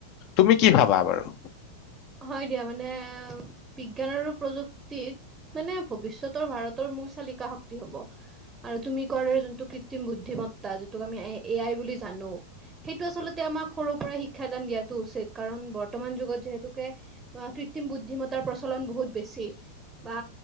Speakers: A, on the left; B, on the right.
A: তুমি কি ভাবা বাৰু?
B: হয় দিয়া মানে বিজ্ঞান আৰু প্ৰযুক্তিত মানে ভৱিষতৰ ভাৰতৰ মূল চা কা শক্তি হব আৰু তুমি কৰ যোনটো কৃত্ৰিম বুদ্ধিমত্তা যিটোক আমি এ আই বুলি জানো সেইটো আচলতে আমাক সৰুৰ পৰাই শিক্ষাদান দিয়টো উচিত কাৰণ বৰ্তমান যত যিহেতু ক্ৰিতিম বুদ্ধিমত্তাৰ প্ৰচলন বহুত বেছি। বা